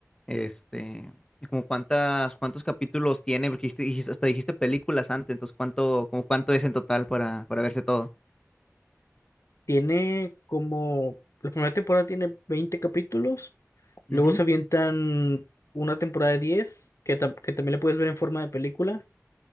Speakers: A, on the left (about 15°); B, on the left (about 65°).
A: Este, ¿y como cuántas, cuántos capítulos tiene? Porque dijiste- dijiste- hasta dijiste películas antes, entonces ¿cuánto, como cuánto es en total para, para verse todo?
B: Tiene como, la primera temporada tiene 20 capítulos, luego
A: Ujú,
B: se avientan una temporada de 10 que, tam- que también la puedes ver en forma de película.